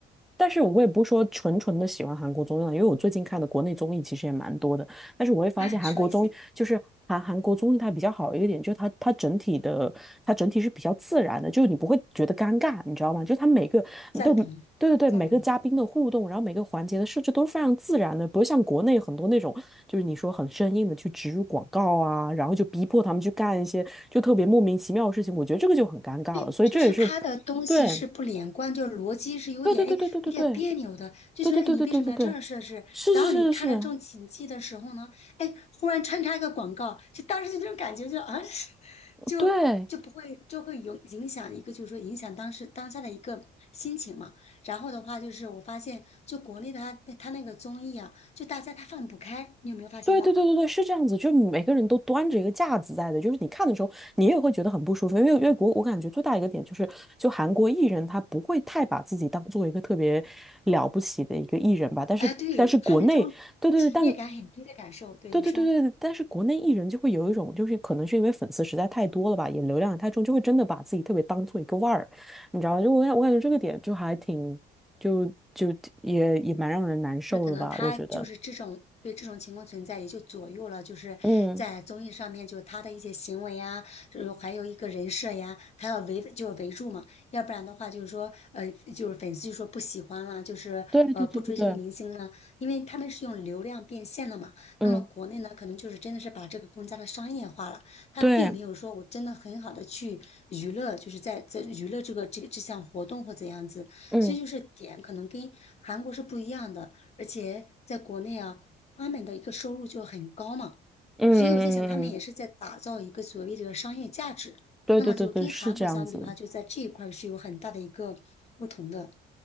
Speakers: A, in the centre; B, on the left.
A: 但是我也不是说纯纯的喜欢韩国综艺了，因为我最近看的国内综艺其实也蛮多的，但是我会发现韩国综艺就是韩韩国综艺它比较好一点，
B: 哎，说一些，
A: 就是它它整体的它整体是比较自然的，就是你不会觉得尴尬，你知道吗？就它每个对对对对每个嘉宾的互动，
B: 赞同，赞同。
A: 然后每个环节的设置都是非常自然的，不是像国内很多那种就是你说很生硬的去植入广告啊，然后就逼迫他们去干一些。就特别莫名其妙的事情，我觉得这个就很尴尬了。
B: 诶，
A: 所以这也是，
B: 就是他的东西是不连贯，
A: 对，
B: 就是逻辑是有点哎，
A: 对对对对对对对
B: 有点别扭的，就觉得哎，
A: 对对对对对对对，
B: 你为什么要这样设置？
A: 是是是是是，
B: 然后你看着正起劲的时候呢，哎，忽然穿插一个广告，就当时就那种感觉就啊 <laughs>，就就不会就会有影响一个，
A: 对。
B: 就是说影响当时当下的一个心情嘛。然后的话就是我发现，就国内的他他那个综艺啊，就大家他放不开，你有没有发现到？
A: 对对对对对，是这样子，就是每个人都端着一个架子在的，就是你看的时候，你也会觉得很不舒服，因为因为国我感觉最大一个点就是，就韩国艺人他不会太把自己当做一个特别了不起的一个艺人吧，但是但是国内，
B: 哎，对，他那种职业感很低的感受，
A: 对对对，但
B: 对你说。
A: 对对对对，但是国内艺人就会有一种，就是可能是因为粉丝实在太多了吧，也流量也太重，就会真的把自己特别当做一个腕儿，你知道吗？就我感我感觉这个点就还挺，就就也也蛮让人难受的吧，
B: 那可能他就是这种对这种情况存在，
A: 我觉得。
B: 也就左右了，就是在综艺上面，
A: 嗯，
B: 就他的一些行为呀，呃还有一个人设呀，他要围就是围住嘛，要不然的话就是说，呃，就是粉丝就说不喜欢啦，就是呃不追这个明星啦，
A: 对对对对对，
B: 因为他们是用流量变现的嘛。
A: 嗯，
B: 那么国内呢，可能就是真的是把这个更加的商业化了，他并没有说我真的很好的去娱乐，
A: 对，
B: 就是在在娱乐这个这个这项活动或怎样子，
A: 嗯
B: 所以就是点可能跟韩国是不一样的。而且在国内啊，他们的一个收入就很高嘛，
A: 嗯嗯嗯嗯，
B: 所以我在想，他们也是在打造一个所谓的商业价值。
A: 对对对对，
B: 那么就跟韩国相比的话，
A: 是这样子。
B: 就在这一块儿是有很大的一个不同的。